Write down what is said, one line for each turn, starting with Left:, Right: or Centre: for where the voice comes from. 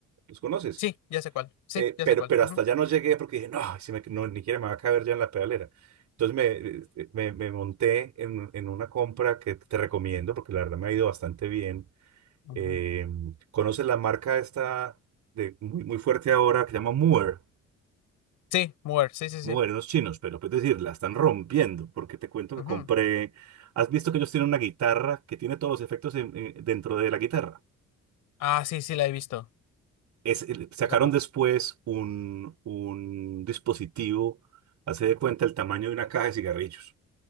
Right: ¿Los conoces?
Left: Sí, ya sé cuál. Sí,
Right: Eh,
Left: ya
Right: pero,
Left: sé cuál.
Right: pero
Left: Ujú,
Right: hasta allá no llegué porque dije, no, si me- no, ni siquiera me va a caber ya en la pedalera. Entonces me, este, me, me monté en, en una compra que te recomiendo porque la verdad me ha ido bastante bien
Left: ujú.
Right: eh, ¿conoces la marca esta de, muy, muy fuerte ahora que se llama Moore?
Left: Sí, Mover, sí, sí,
Right: Moore,
Left: sí.
Right: los chinos, pero puedes decir, la están rompiendo, porque te cuento que
Left: Ujú.
Right: compré. ¿Has visto que ellos tienen una guitarra que tiene todos los efectos en- eh, dentro de la guitarra?
Left: Ah, sí, sí, la he visto.
Right: Es, el- sacaron
Left: La como-
Right: después un, un dispositivo, hace de cuenta el tamaño de una caja de cigarrillos,